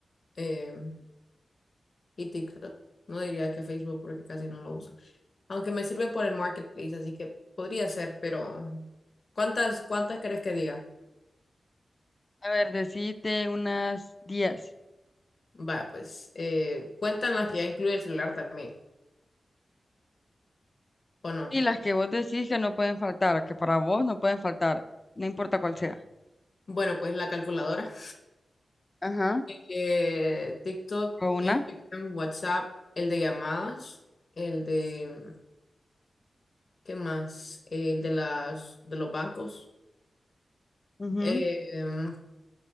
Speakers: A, on the left (about 45°); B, on the left (about 25°).
A: eh, y TikTok. No diría que Facebook porque casi no lo uso. Aunque me sirve por el marketplace, así que podría ser, pero ¿cuántas, cuántas crees que diga?
B: A ver, decite unas diez
A: Va, pues eh, cuentan las que ya incluye el celular también, ¿o no?
B: Y las que vos decís que no pueden faltar, que para vos no pueden faltar, no importa cuál sea.
A: Bueno, pues la calculadora.
B: Ajá.
A: Eh, TikTok,
B: ¿O
A: Instagram,
B: una?
A: WhatsApp, el de llamadas, el de, ¿qué más? El de las, de los bancos.
B: Ujú.
A: Em,